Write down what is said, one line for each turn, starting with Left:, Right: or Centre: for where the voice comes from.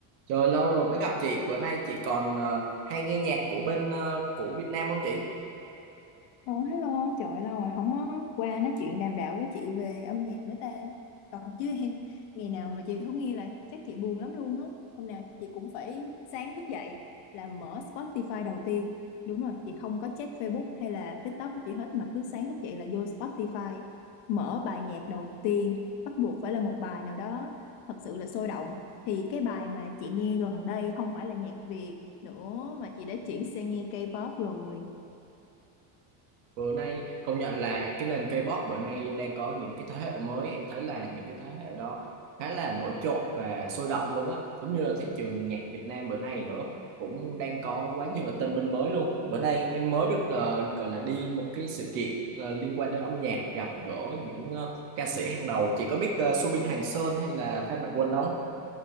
Right: Trời lâu rồi mới gặp chị, bữa nay chị còn ờ, hay nghe nhạc của bên ờ, của Việt Nam không chị?
Left: Ồ, hello, trời ơi, lâu rồi không có qua nói chuyện đàm đạo với chị về âm nhạc nữa ta. Còn chứ em, ngày nào mà chị không nghe là chắc chị buồn lắm luôn á. Hôm nào chị cũng phải sáng thức dậy là mở Spotify đầu tiên. Đúng rồi, chị không có check Facebook hay là TikTok gì hết mà cứ sáng thức dậy là vô Spotify, mở bài nhạc đầu tiên, bắt buộc phải là một bài nào đó thật sự là sôi động. Thì cái bài mà chị nghe gần đây không phải là nhạc Việt nữa mà chị đã chuyển sang nghe K-pop rồi.
Right: Bữa nay công nhận là cái nền K-pop bữa nay đang có những cái thế hệ mới, em thấy là những cái thế hệ đó khá là nổi trội và sôi động luôn á, giống như là thị trường nhạc Việt Nam bữa nay nữa cũng đang có quá nhiều là tân binh mới luôn. Bữa nay em mới được ờ, gọi là đi một cái sự kiện ờ, liên quan đến âm nhạc gặp gỡ những ờ, ca sĩ hàng đầu. Chị có biết ờ, Subin Hoàng Sơn hay là Phan Mạnh Quân không?